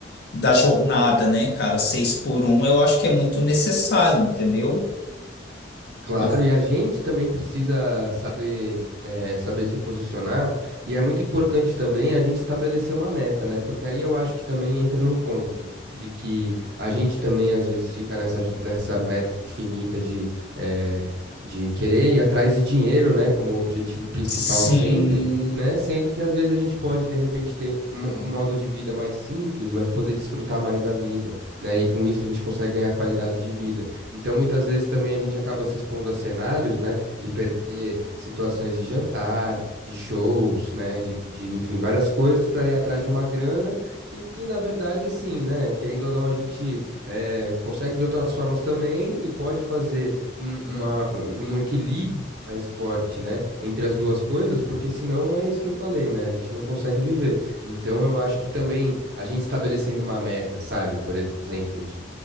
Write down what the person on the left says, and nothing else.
da jornada, né, cara, seis por um, eu acho que é muito necessário, entendeu?
Por...
Sim,